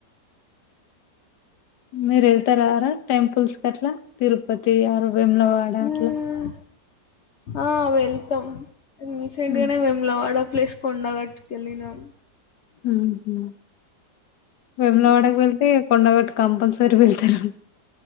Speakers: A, on the left; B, on the left.
A: మీరు ఏళ్తారారా టెంపుల్స్కి అట్లా తిరుపతి ఆర్ వేములవాడ అట్లా.
B: ఉమ్. ఆ వెళ్తాం రీసెంట్
A: హ్మ్.
B: గానే వేములవాడ ప్లేస్. కొండగట్కి ఏళ్లినం.
A: ఉహుహ్ వేములవాడకి
B: ఉమ్
A: వెల్ కి కొండగట్ కంపల్సరి వెళ్తారు.